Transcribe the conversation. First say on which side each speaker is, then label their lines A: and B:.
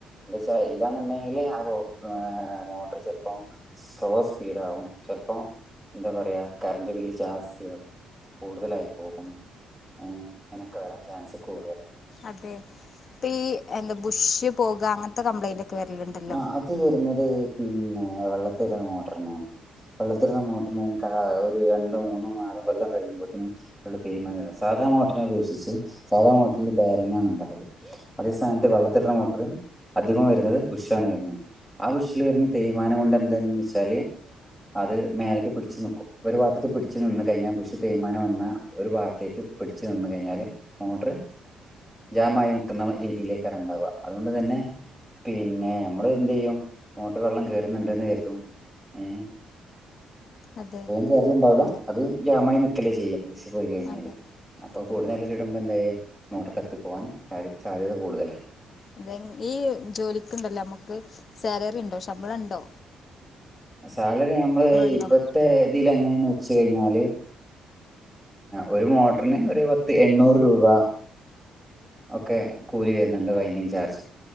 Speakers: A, in the centre; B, on the left.
A: എന്തെച്ചാ എല്ലാന്ന്ണ്ടെങ്കില് ഏഹ് മോട്ടർ ചെൽപ്പം സ്ലോ സ്പീഡാകും ചെൽപ്പോ എന്താ പറയാ കറണ്ട് ബില്ല് ജാസ്ഥി ആവും കൂടുതലായി പോകും ഏഹ് അങ്ങനൊക്കെ വെരാൻ ചാൻസ് കൂട്തലാ
B: അതെ ഇപ്പ ഈ എന്താ അതേബുഷ് പോകാ അങ്ങൻത്തെ കംപ്ലൈന്റൊക്കെ വെര്ല്ണ്ടല്ലോ
A: ആഹ് അത് വെര്ന്നത് പിന്നെ വെള്ളത്തിട്ണ മോട്ടർണാണ് വെള്ളത്തില്ടെ മോട്ടിർന് ഒരു രണ്ടോ മൂന്നോ നാലോ കൊല്ലം കഴ്യുമ്പോത്തിന് തെയ്മാനം വെരും സാധാ മോട്ടർനെ അപേക്ഷിച്ച് സാധാ മോട്ടർല് ബാരിങ്ങാണ് ഇണ്ടാവല് അതേ സമയത്ത് വെള്ളത്ത്ട്ണ മോട്ടറ് അധികോം വെര്ന്നത് ബുഷ് ണ് വെര്ന്നത് ആ ബുഷ്ല് വെര്ന്ന തേയ്മാനം കൊണ്ട് എന്താന്ന് വെച്ചാല് അത് മേലക്കാ പിട്ച്ച് നിക്കും ഒരു വാത്ത്ക്ക് പിട്ച്ച് നിന്ന് കഴിഞ്ഞാല് ബുഷ് തേയ്മാനം വന്നാ ഒരു വാത്തേക്ക് പിട്ച്ച് നിന്ന് കഴിഞ്ഞാല് മോട്ടറ് ജാമായി നിക്കുന്ന രീതിയിലേക്കാരം ഇണ്ടാവാ അതോണ്ട് തെന്നെ പിന്നെ നമ്മള് എന്തെയ്യും മോട്ടറ് വെള്ളം കേറ്ന്ന്ണ്ട്ന്ന് കര്തും ഏഹ്
B: അതെ
A: കേറ്ല്ണ്ടാവൂല അത് ജാമായി നിക്കല്ലേ ചെയ്യാ ബുഷ് പോയി കഴിഞ്ഞാല്
B: അതെ
A: അപ്പൊ
B: അതെ
A: കൂടുതല് കുടുംമ്പന്തായെ മോട്ടറ് കത്തി പോവാൻ സാ സാധ്യത കൂട്തലാ
B: അതെ ഈ ജോലിക്ക് ഇണ്ടല്ലോ നമ്മക്ക് സാലറി ഇണ്ടോ ശമ്പള ഇണ്ടോ
A: സാലറി നമ്മള്
B: ഉണ്ടോ
A: ഇപ്പത്തെ ഇതീല് എങ്ങനേന്ന് വെച്ച് കഴിഞ്ഞാല് ഒരു മോട്ടർന് ഒരു പത്ത് എണ്ണൂറ് രൂപ ഒക്കെ കൂലി വെര്ന്ന്ണ്ട് വൈനിങ്ങ് ചാർജ്